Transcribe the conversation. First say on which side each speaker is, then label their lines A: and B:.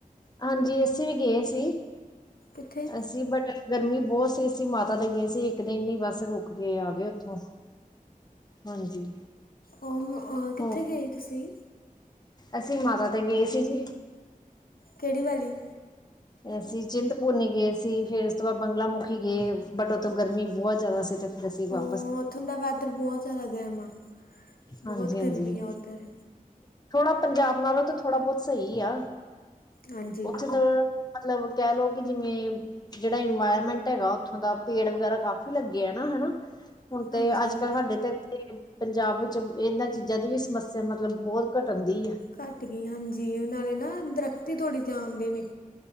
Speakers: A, on the left; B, on the left.
A: ਹਾਂਜੀ ਅਸੀਂ ਵੀ ਗਏ ਸੀ।
B: ਕਿੱਥੇ
A: ਅਸੀਂ ਬਟਰ। ਗਰਮੀ ਬਹੁਤ ਸੀ ਅਸੀਂ ਮਾਤਾ ਦੇ ਗਏ ਸੀ। ਇੱਕ ਦਿਨ ਹੀ ਬਸ ਰੁਕ ਕੇ ਆ ਗਏ ਉੱਥੋਂ। ਹਾਂਜੀ।
B: ਹਾਂ ਕਿੱਥੇ
A: ਹੋ
B: ਗਏ ਤੁਸੀ।
A: ਅਸੀਂ ਮਾਤਾ ਤੇ ਗਏ ਸੀ ਜੀ।
B: ਕਿਹੜੀ ਵਾਲੀ
A: ਅਸੀਂ ਚਿੰਤਪੁਰਨੀ ਗਏ ਸੀ। ਫਿਰ ਉਸ ਤੋਂ ਬਾਅਦ ਬੰਗਲਾਮੁਖੀ ਗਏ ਬਟ ਉੱਥੋਂ ਗਰਮੀ ਬਹੁਤ ਜ਼ਿਆਦਾ ਸੀ ਤੇ। ਦਸੀਬਾ
B: ੳਹ ਉੱਥੋਂ ਦਾ ਵੈਦਰ ਬਹੁਤ ਜ਼ਿਆਦਾ ਗਰਮ ਆ। ਬਹੁਤ
A: ਹਾਂਜੀ ਹਾਂਜੀ।
B: ਗਰਮੀ ਆ ਉੱਧਰ
A: ਥੋੜਾ ਪੰਜਾਬ ਨਾਲੋਂ ਤਾਂ ਥੋੜਾ ਬਹੁਤ ਸਹੀ ਆ
B: ਹਾਂਜੀ
A: ਉੱਥੇ ਮਤਲਬ ਕਹ ਲੋਓ ਕਿ ਜਿਵੇਂ ਜਿਹੜਾ ਇਨਵਾਇਰਮੈਂਟ ਹੈਗਾ ਉੱਥੋਂ ਦਾ ਪੇੜ ਵਗੈਰਾ ਕਾਫੀ ਲੱਗੇ ਆ ਨਾ ਹੈਨਾ। ਹੁਣ ਤੇ
B: ਹਾਂਜੀ
A: ਅੱਜ ਕੱਲ ਸਾਡੇ ਤੇ ਇੱਥੇ ਪੰਜਾਬ ਵਿੱਚ ਇਹਨਾਂ ਚੀਜ਼ਾਂ ਦੀ ਵੀ ਸਮੱਸਿਆ ਮਤਲਬ ਬਹੁਤ ਘਟਣ ਦੀ
B: ਘੱਟ ਗਈ ਹਾਂਜੀ ਨਾਲੇ ਨਾ ਦਰੱਖਤ ਹੀ ਤੋੜੀ ਜਾਣਦੇ ਨੇ।